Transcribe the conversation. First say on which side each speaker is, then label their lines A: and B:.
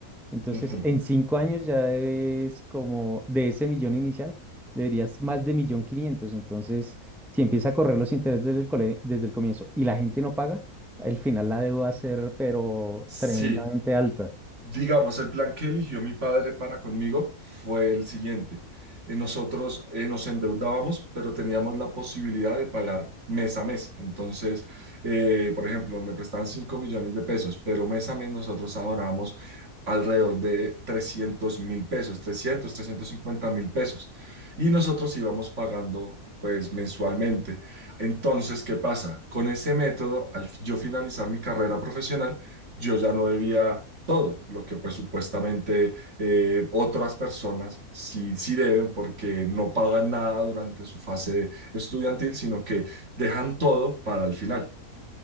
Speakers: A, in the centre; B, on the right.
A: Entonces,
B: Ujú.
A: en cinco años ya debes como de ese millón inicial, deberías más de millón quinientos. Entonces, si empieza a correr los intereses desde el, cole- desde el comienzo y la gente no paga, al final la deuda va a ser, pero
B: Sí,
A: tremendamente alta.
B: digamos, el plan que eligió mi padre para conmigo fue el siguiente. Eh, Nosotros eh, nos endeudábamos, pero teníamos la posibilidad de pagar mes a mes. Entonces, eh, por ejemplo, me prestaban 5 millones de pesos, pero mes a mes nosotros abonábamos alrededor de trescientos mil pesos, trescientos, trescientos cincuenta mil pesos. Y nosotros íbamos pagando, pues, mensualmente. Entonces, ¿qué pasa? Con ese método, al yo finalizar mi carrera profesional, yo ya no debía todo, lo que pues supuestamente eh, otras personas sí, sí deben porque no pagan nada durante su fase estudiantil, sino que dejan todo para el final.